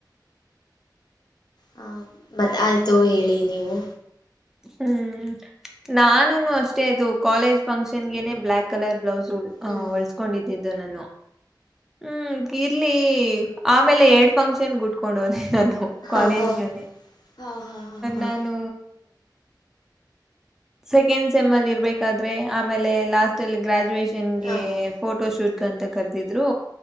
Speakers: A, on the left; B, in the centre.
A: ಹ ಮತ್ ಆಯ್ತು ಹೇಳಿ ನೀವು
B: ಹ್ಮ್ ನಾನು ಅಷ್ಟೇ ಅದು ಕಾಲೇಜ್ ಫಂಕ್ಷನ್ ಗೆನೆ ಬ್ಲಯಾಕ್ ಕಲರ್ ಬ್ಲೌಸ್ ಆ
A: ಹ್ಮ್
B: ಹೊಳ್ಸ್ಕೊಂಡಿದ್ದಿದ್ದು ನಾನು ಹ್ಮ್ ಇರ್ಲಿ ಆಮೇಲೆ ಎರಡ್ ಫಂಕ್ಷನ್ ಗುಟ್ಕೊಂಡು ಹೋದಿ ನಾನು
A: ಹಾಂ
B: ಕಾಲೇಜ್ಗಿ
A: ಹಾಂ ಹಾಂ ಹಾಂ ಹಾಂ
B: ನಾನು ಸೆಕೆಂಡ್ ಸೆಮ್ ಅಲ್ಲಿ ಇರ್ಬೇಕಾದ್ರೆ ಆಮೇಲೆ ಲಾಸ್ಟ್ ಅಲ್ಲಿ ಗ್ರಾಜುಯೇಷನ್ಗೆ
A: ಹಾಂ ಹಾಂ
B: ಫೋಟೋ ಶೂಟ್ ಅಂತ ಕರೆದಿದ್ರು